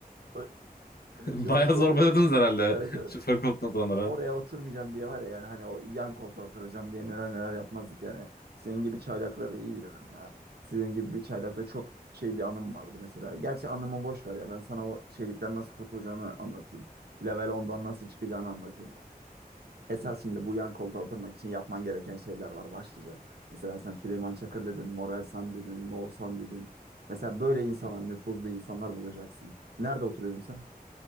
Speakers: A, on the right (about 85°); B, on the left (about 75°).
A: O
B: <laughs> Bayağı
A: şoför koltuğu
B: zorbaladınız herhalde
A: evet
B: <laughs>
A: evet
B: şoför koltuğuna oturanlara.
A: oraya oturmayacağım diye var ya yani hani o yan koltuğa oturacağım diye neler neler yapmazdık yani. Senin gibi çaylakları iyi bilirim ya. Sizin gibi bir çaylakla çok şey bir anım vardı mesela. Gerçi anımı boş ver ya ben sana o şeylikten nasıl kurtulacağını anlatayım. Level 10'dan nasıl çıkacağını anlatayım ben. Esas şimdi bu yan koltuğa oturmak için yapman gereken şeyler var başlıca. Mesela sen Süleyman Çakır dedin, Moral San dedin, No San dedin. Mesela böyle insanlar, nüfuzlu insanlar bulacaksın. Nerede oturuyordun sen?